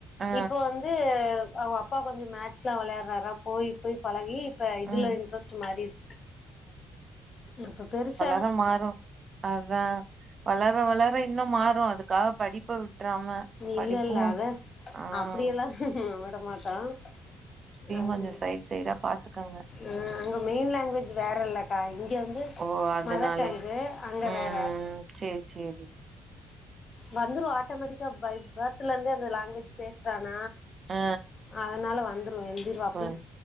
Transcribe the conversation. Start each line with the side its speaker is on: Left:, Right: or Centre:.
Right: ஆ
Left: இப்போ வந்து அவங்க அப்பா கொஞ்சம் மேட்ச எல்லாம் விளையாடுனாரா போய் போய் பழகி இப்ப இதுல
Right: ம்
Left: இன்ட்ரஸ்ட் மாறிடுச்சு இப்ப பெருச
Right: ள மாறும் அதான் வளர வளர இன்னும் மாறும் அதுக்காக படிப்ப விட்டுறாம படிப்பும்
Left: இல்ல இல்ல அத
Right: ஆஹ்
Left: அப்டியெல்லா விட மாட்டான் அஹ்
Right: கொஞ்சோ சைட் சைடா பாத்துக்கங்க
Left: ஆஹ் அங்க மெயின் லாங்குவேஜ் வேற இல்லக்கா இங்க வந்து
Right: ஓ அதனாலே
Left: மதர் டங்கு அங்க
Right: உம்
Left: வேற
Right: சரி சரி
Left: வந்துரும் ஆட்டோமெட்டிகா பர்தல இருந்து அந்தலாங்குவேஜ் பேசுறாங்க
Right: ஆ
Left: நான் அதனால வந்து எழுந்திருவாப்ப
Right: வந்